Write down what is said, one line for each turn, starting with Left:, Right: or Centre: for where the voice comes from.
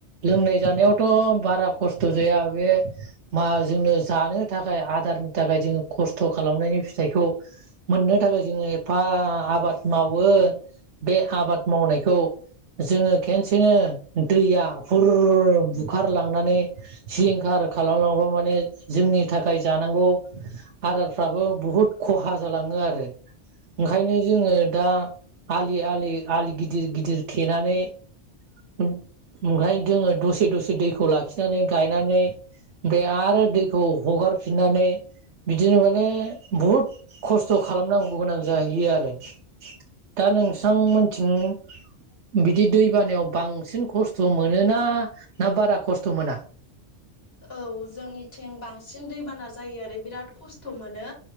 Right: लोंनाय जानायावथ' बारा खस्थ' जाया। बे मा जोंनो जानो थाखाय आ दारनि थाखाय जोङो खस्थ' खालामनायनि फिथाइखौ मोननो थाखाय जोङो एफा आबाद मावो। बे आबाद मावनायखौ जोङो खेनसेनो दैया हुर बुखारलांनानै सिलिंखार खालामलाङोबा माने जोंनि थाखाय जानांगौ आदारफ्राबो बुहुद खहा जाला लाङो आरो ओंखायनो जोङो दा आलि आलि आलि गिदिर गिदिर थेनानै ओंखायनो जोङो दसे दसे दैखौ लाखिनानै गायनानै दै आरो दैखौ हगारफिननानै बिदिनो माने बुहुद खस्थ' खालामनांगौ गोनां जाहैयो आरो। दा नोंसां मोनथिं बिदि दैबानायाव बांसिन खस्थ' मोनोना ना बारा खस्थ' मोना?
Left: औ जोंनिथिं बांसिन दैबाना जायो आरो बिराद खस्थ' मोनो